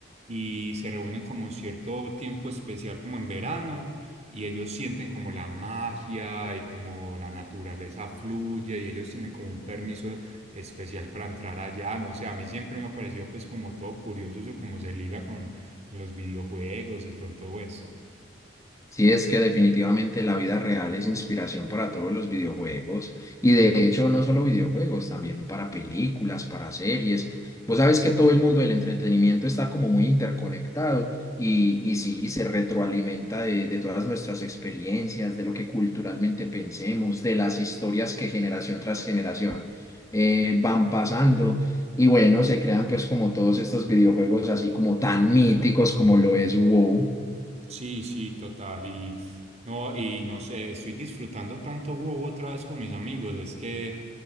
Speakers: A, on the right; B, on the left.
A: y se reúnen como un cierto tiempo especial, como en verano. Y ellos sienten como la magia y como la naturaleza fluye y ellos tienen como un permiso especial para entrar allá, no sé, a mí siempre me ha parecido pues como todo curioso eso, como se liga con, con los videojuegos y con todo esto.
B: Sí, es que definitivamente la vida real es inspiración para todos los videojuegos y de hecho no solo videojuegos, también para películas, para series. Vos sabes que todo el mundo del entretenimiento está como muy interconectado y, y sí, y se retroalimenta de, de todas nuestras experiencias, de lo que culturalmente pensemos, de las historias que generación tras generación eh, van pasando. Y bueno, se crean pues como todos estos videojuegos así como tan míticos como lo es WoW.
A: Sí, sí, total. Y no, y no sé, estoy disfrutando tanto WoW otra vez con mis amigos. Es que